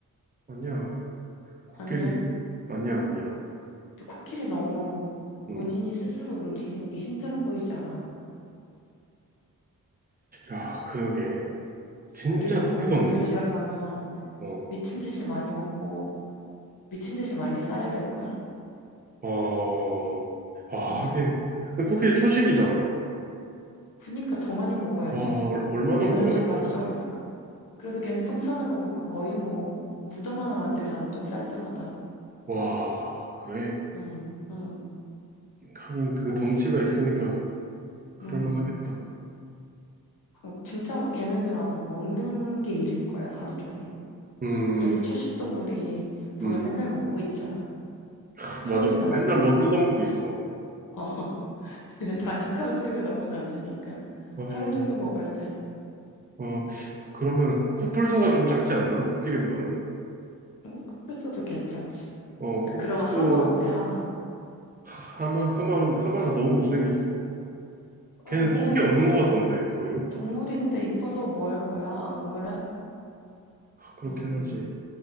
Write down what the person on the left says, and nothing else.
아니야?
근데 코끼리 너무 본인이
스스로 움직이는 게 힘들어 보이지 않아?
그리고
그 몸을 유지하려면
미친 듯이 많이 먹고 미친 듯이 많이 싸야 될걸?
어.
그니까 더 많이 먹어야지.
에너지가
적으니까. 그래서 걔네 똥 싸는 거 보면 거의 뭐 무덤 하나 만들잖아. 똥 쌀 때마다.
응, 응.
코끼리?
응.
아, 진짜 뭐 걔네는 아마 먹는 게 일일 거야. 하루 종일.
그래서 초식 동물이 보면
맨날 먹고 있잖아.
칼로리가
낮으니까.
어. <laughs> 근데 단위 칼로리가 너무 낮으니까
하루 종일 먹어야 돼.
음, 쿠플소도 괜찮지.
야, 그러면 하마 어때? 하마.
아,
뭐
동물인데 이뻐서 뭐 할 거야? 안 그래?
응.